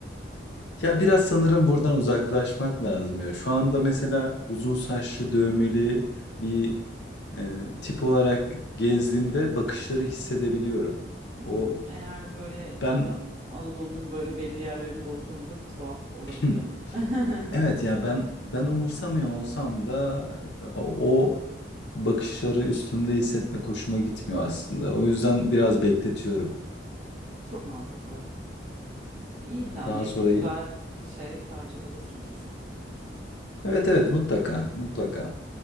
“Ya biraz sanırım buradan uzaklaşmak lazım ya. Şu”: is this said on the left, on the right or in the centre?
Left